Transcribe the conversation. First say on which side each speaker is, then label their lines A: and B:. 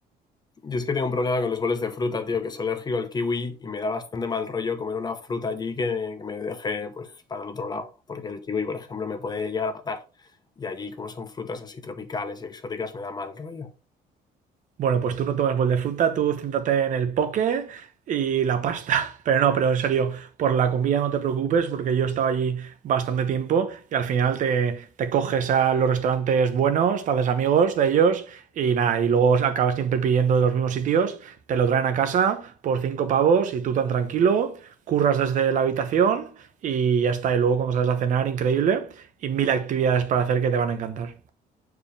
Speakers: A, on the left; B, on the right.
A: Yo es que tengo un problema con los boles de fruta, tío, que soy alérgico al kiwi y me da bastante mal rollo comer una fruta allí que, que me deje, pues, para el otro lado. Porque el kiwi, por ejemplo, me puede llegar a matar. Y allí, como son frutas así tropicales y exóticas, me da mal rollo.
B: Bueno, pues tú no tomes bol de fruta, tú céntrate en el poke y la pasta. <laughs> Pero no, pero en serio, por la comida no te preocupes porque yo estaba allí bastante tiempo y al final te, te coges a los restaurantes buenos, te haces amigos de ellos y nada, y luego acabas siempre pidiendo de los mismos sitios, te lo traen a casa por cinco pavos y tú tan tranquilo, curras desde la habitación y ya está. Y luego cuando sales a cenar, increíble y mil actividades para hacer que te van a encantar.